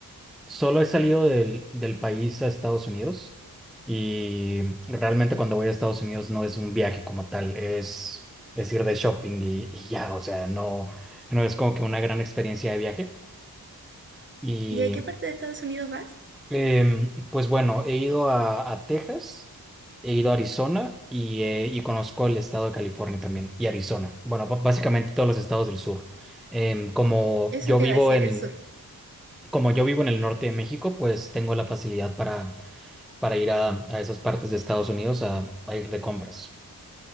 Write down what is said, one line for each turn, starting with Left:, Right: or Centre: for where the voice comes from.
Centre: Solo he salido del, del país a Estados Unidos y realmente cuando voy a Estados Unidos no es un viaje como tal, es decir de shopping y, y ya, o sea, no, no es como que una gran experiencia de viaje. Y
Right: ¿Y a qué parte de Estados Unidos vas?
Centre: em, pues bueno, he ido a, a Texas, he ido a Arizona y, eh, y conozco el estado de California también y Arizona. Bueno, b- básicamente todos los estados del sur. Em, como
Right: Eso
Centre: yo
Right: te
Centre: vivo
Right: iba a decir,
Centre: en,
Right: el sur.
Centre: como yo vivo en el norte de México, pues tengo la facilidad para para ir a, a esas partes de Estados Unidos a, a ir de compras.